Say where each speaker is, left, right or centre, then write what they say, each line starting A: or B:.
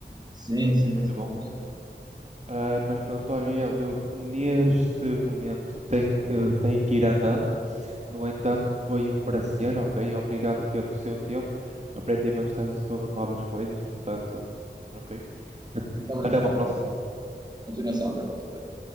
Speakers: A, on the right; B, on the right.
A: Sim, sim,
B: é muito
A: sim.
B: bom. Ah, mas pronto, António Miguel, eu neste momento tenho que, tenho que ir andando. No entanto, foi um prazer, ok? Obrigado pelo seu tempo. Aprendi bastante sobre novas coisas, portanto, ok.
A: Muito obrigado.
B: Até uma próxima.
A: continuação. Até a próxima.